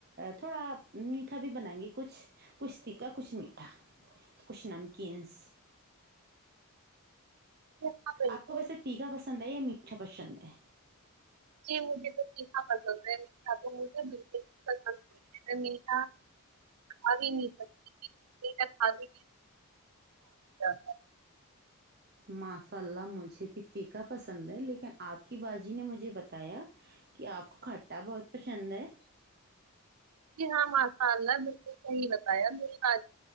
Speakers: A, on the right; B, on the right.
A: تھوڑا میٹھا بھی بنائیں گے کچھ کچھتیقا کچھ مٹھا کچھ نمکینس
B: چلیں گے
A: آپ کو ویسے ٹھیکا پسند ہے یا میٹھا پسند ہے
B: جی مجھے توا ٹھیکا پسند ہے تو مجھے بلکو پسند مٹا کھی نہیں سکتی م کھی نہیں اچھا
A: ماشاء اللہ مجھے بھی تیکا پسند ہے لیکن آپ کی باجی نے مجھے بتایا کہ آپ کو کھٹا بہت پشند ہے
B: جی ہاں ماشاء اللہ بالکل صحیح بتایا ب آج